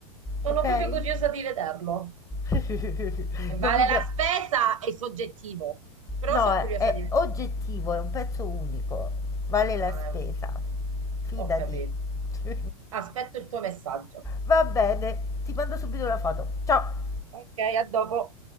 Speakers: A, on the right; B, on the left.
A: Sono
B: Ok?
A: proprio curiosa di vederlo.
B: <laughs>
A: E vale
B: Non mi
A: la
B: pre...
A: spesa è soggettivo, però
B: No,
A: sono
B: è,
A: curiosa
B: è
A: di vedere.
B: oggettivo, è un pezzo unico, vale
A: Ah,
B: la spesa,
A: è un pezzo di-
B: fidati.
A: Ho capito.
B: <laughs>
A: Aspetto il tuo messaggio.
B: Va bene, ti mando subito la foto. Ciao!
A: Ok, a dopo.